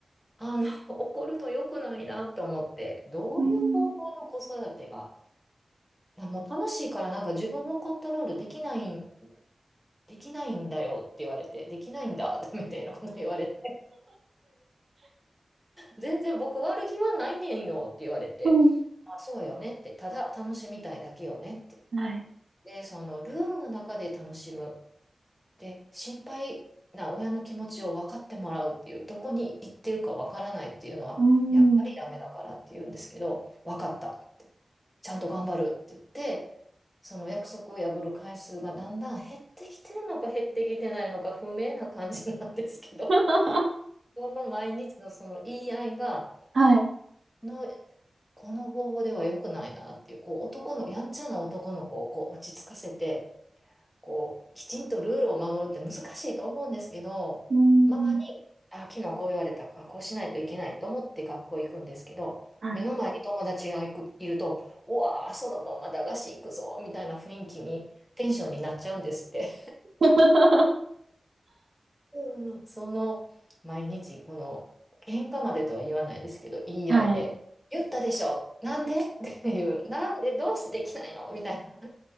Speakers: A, in the centre; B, on the right.
A: あの、<laughs> 怒ると良くないなと思って、どういう方法の子育てが、
B: うん。
A: なもう楽しいからなんか自分をコントロールできないん、できないんだよって言われて、できないんだ <laughs> みたいなこと言われて、全然僕悪気はないねんよって言われて、
B: うん。
A: あ、そうよねって、ただ楽しみたいだけよねって。
B: はい。
A: で、そのルールの中で楽しむ。で、心配な親の気持ちを分かってもらうっていう、どこに行ってるか分からないっていうのは、
B: うん。
A: やっぱりダメだからって言うんですけど、分かった。ちゃんと頑張るって言って、その約束を破る回数がだんだん減ってきてるのか減ってきてないのか不明な感じなんですけど、
B: <laughs>
A: この毎日のその言い合いが、
B: はい。
A: このこの方法では良くないなっていう、こう男の、やんちゃな男の子をこう落ち着かせて、こうきちんとルールを守るって難しいと思うんですけど、
B: うん。
A: ママに、あ、昨日こう言われたから、こうしないといけないと思って学校行くんですけど、
B: はい。
A: 目の前に友達がいく、いると、うわー、そのまま駄菓子行くぞ、みたいな雰囲気に、テンションになっちゃうんですって。
B: <laughs>
A: うん、その毎日この喧嘩までとは言わないですけど言い合いで「言ったでしょなんで?」っていう「なんでどうしてできないの?」みたいな
B: はい。